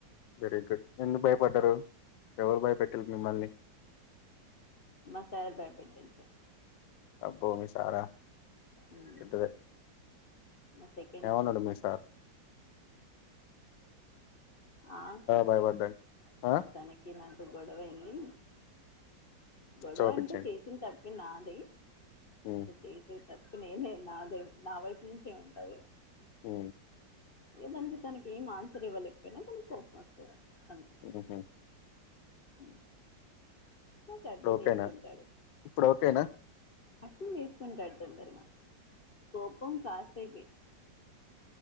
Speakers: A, on the left; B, on the left.
A: వెరీ గుడ్ ఎందుకు భయపడ్డరు ఎవరు భయపెట్టారు మిమ్మల్ని
B: మా సారు భయపెట్టింది
A: అబ్బో మీ సారా
B: మ్మ్.
A: ఎంతదే
B: మా సెకండ్
A: ఏవన్నాడు
B: సార్
A: మీ సారు
B: ఆ కొంచెం
A: భయపడ్డాడు ఆ
B: తన కిరు నాకు గొడవ అయింది గొడవ
A: చోపిచ్చాడు
B: అంటే చేసిన తప్పి నాది
A: ఉ
B: చేసిన్ తప్పి నేనే నాదే నా వైపు నుంచే ఉంటది
A: ఉ
B: ఏ దానికి తనకి ఏం ఆన్సర్ ఇవ్వలేకపోయినా తనకి కోపం వస్తది అంతే
A: ఉహు
B: ఉ నాకు
A: ఇప్పుడు
B: అర్థం
A: ఓకేనా
B: చేసుకుంటాడు
A: ఇప్పుడు ఓకేనా
B: అర్థం చేసుసుకుంటాడు తొందరగా కోపం కాసేపే